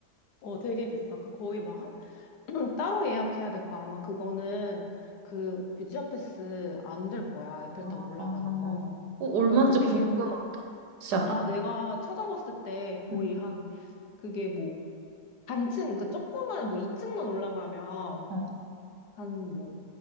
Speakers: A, on the left; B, on the right.
A: 어 되게 비싸 그 거의 막한 <clears throat> 따로 예약해야 될 거야. 아마 그거는 그 뮤지엄 패스 안 될 거야. 에펠탑
B: 어,
A: 올라가는
B: 어,
A: 거.
B: 어, 얼마인지
A: 그래가지고 비용,
B: 궁금하다. 혹시 알아?
A: 아, 내가 찾아봤을 때 거의
B: 응.
A: 한, 그게 뭐, 단층, 그러니까 조금만, 뭐 2층만 올라가면
B: 어,
A: 한 뭐